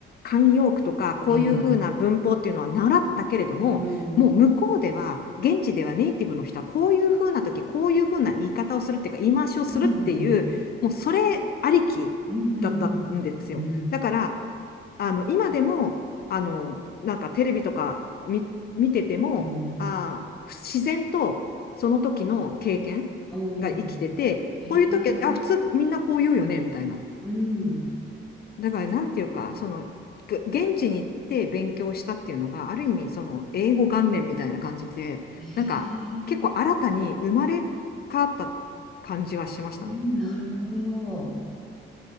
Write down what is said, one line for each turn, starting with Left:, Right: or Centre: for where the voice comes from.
Left: 慣用句とか、こういうふうな文法っていうのは習ったけれども、
Centre: ええうん、うん、
Left: もう向こうでは、現地ではネイティブの人は、こういうふうな時、こういうふうな言い方をするっていうか、言い回しをするっていう、
Centre: うん、
Left: もうそれありきだったんですよ。
Centre: うん、うん、うん、うん、うん、
Left: だから、あの、今でも、あの、なんかテレビとか見、見てても、
Centre: うん
Left: あー、自然とその時の経験
Centre: お
Left: が生きてて、
Centre: ー、
Left: こういう時、あ、
Centre: ええ
Left: 普通みんなこう言うよね、みたいな。
Centre: うん、
Left: だから、なんていうか、その、ぐ現地に行って勉強したっていうのが、ある意味、その、英語元年みたいな感じで、
Centre: ええ
Left: なんか、結構新たに生まれ変わった感じはしましたね。
Centre: うん、なるほど。